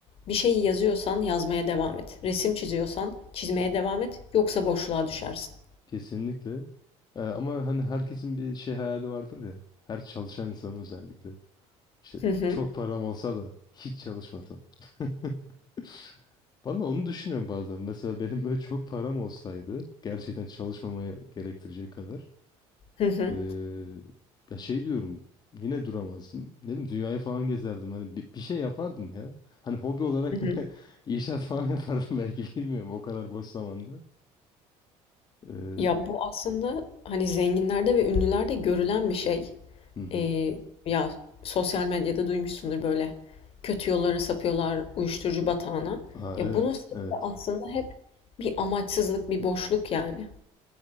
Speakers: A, on the left (about 50°); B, on the left (about 35°).
A: bir şey yazıyorsan yazmaya devam et. Resim çiziyorsan çizmeye devam et. Yoksa boşluğa düşersin.
B: Kesinlikle. Ee, ama hani herkesin bir şey hayali vardır ya. Her çalışan insanın özellikle. İşte
A: Hı hı,
B: çok param olsa da hiç çalışmasam. <laughs> Bana onu düşünüyorum bazen. Mesela benim böyle çok param olsaydı gerçekten çalışmamaya gerektirecek kadar.
A: hı hı,
B: Ee, ya şey diyorum yine duramazdım. Ne bileyim dünyayı falan gezerdim. Hani bir, bir şey yapardım ya. Hani hobi olarak
A: hı hı.
B: <laughs> inşaat falan yapardım <laughs> belki bilmiyorum o kadar boş zamanda. Ee,
A: Ya bu aslında hani zenginlerde ve ünlülerde görülen bir şey.
B: hı hı.
A: Ee, ya sosyal medyada duymuşsundur böyle kötü yollara sapıyorlar uyuşturucu batağına.
B: Ha
A: Ya
B: evet
A: bunun sebebi
B: evet.
A: aslında hep bir amaçsızlık, bir boşluk yani.